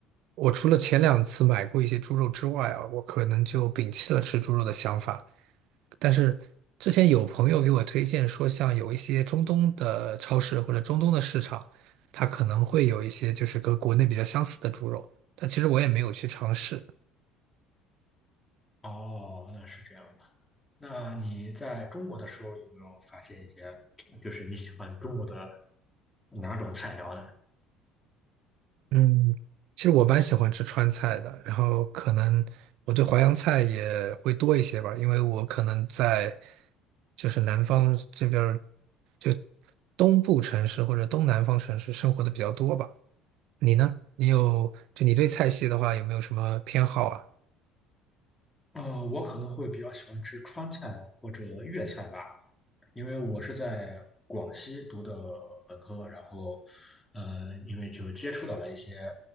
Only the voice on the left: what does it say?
哦，那是这样的。那你在中国的时候有没有发现一些，就是你喜欢中国的哪种菜肴呢？
呃，我可能会比较喜欢吃川菜或者粤菜吧。因为我是在广西读的本科，然后，呃，因为就接触到了一些